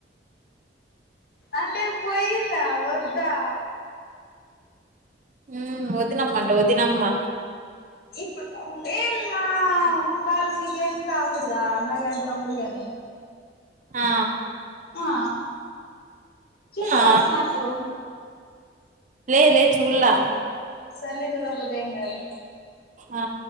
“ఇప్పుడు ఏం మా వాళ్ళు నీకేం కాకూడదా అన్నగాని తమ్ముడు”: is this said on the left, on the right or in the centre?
Left